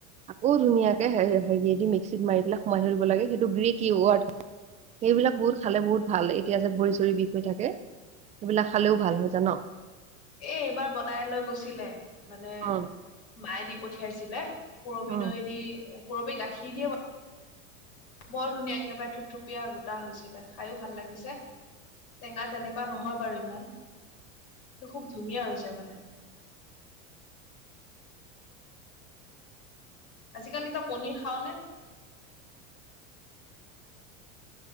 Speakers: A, on the right; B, on the left.
A: আকৌ ধুনীয়াকে হেৰি দি মিক্সিত মাৰি পেলাই সোমাই ধৰিব লাগে, সেইটো গ্ৰেকি সেইবিলাক বহুত খালে বহুত ভাল এতিয়া যে ভৰি-চৰি বিষ হৈ থাকে। সেইবিলাক খালেও ভাল হয় জানো?
B: এই এইবাৰ বনাই লৈ গৈছিলে মানে
A: অ
B: মায়ে দি পঠিয়াইছিলে। পুৰবি
A: অ
B: দৈ দি পুৰবি গাখীৰ দিয়ে বৰ ধুনীয়া একেবাৰে থুপথুপীয়া গোটা হৈছিলে, খাইও ভাল লাগিছে। টেঙা তেনেকুৱা নহয় বাৰু ইমান, খুব ধুনীয়া হৈছে মানে। আজিকালি তই পনীৰ খাও নে?